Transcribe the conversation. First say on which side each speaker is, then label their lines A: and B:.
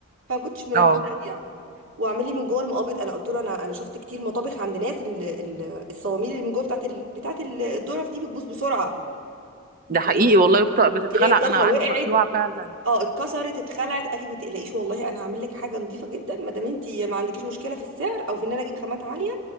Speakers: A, on the right; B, on the right.
A: فما كنتش مركزه
B: اه
A: قوي يعني واعمل لي من جوه المقابض انا قلت له انا انا شفت كتير مطابخ عند ناس ال- ال- الصواميل اللي من جوه بتاعت ال... بتاعت ال- الظرف دي بتبوظ بسرعه
B: ده
A: تلاقي
B: حقيقي والله بت- بتتخلع
A: تلاقي الضرفه
B: انا عندي
A: وقعت
B: مخلوعة فعلا
A: اه اتكسرت اتخلعت قال لي ما تقلقيش والله انا هعمل لك حاجه نظيفه جدا ما دام انت ما عندكيش مشكله في السعر او في ان انا اجيب خامات عاليه